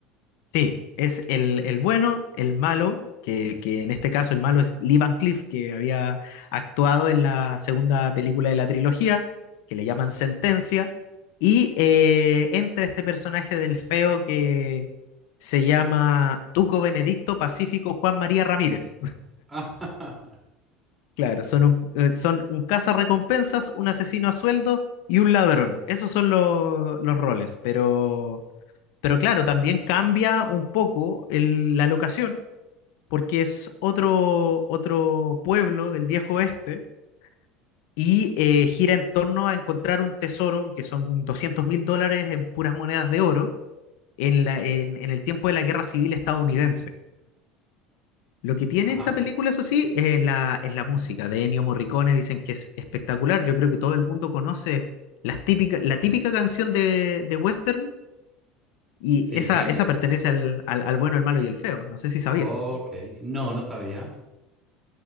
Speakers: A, on the left (about 75°); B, on the right (about 15°).
A: Sí, es el, el bueno, el malo, que, que en este caso el malo es Lee Van Cleef, que había actuado en la segunda película de la trilogía, que le llaman Sentencia, y eh, entra este personaje del feo que se llama Tuco Benedicto Pacífico Juan María Ramírez.
B: <laughs> Ajá.
A: Claro, son un, eh, son un cazarrecompensas, un asesino a sueldo y un ladrón. Esos son lo- los roles. Pero, pero claro, también cambia un poco el- la locación, porque es otro, otro pueblo del viejo oeste y eh, gira en torno a encontrar un tesoro, que son doscientos mil dólares en puras monedas de oro, en la- en en el tiempo de la Guerra Civil estadounidense. Lo que tiene
B: Ajá.
A: esta película, eso sí, es la, es la música de Ennio Morricone, dicen que es espectacular. Yo creo que todo el mundo conoce las típica, la típica canción de, de Western y
B: Sí.
A: esa, esa pertenece al, al, al bueno, el malo y el feo. No sé si sabías.
B: Ok. No, no sabía.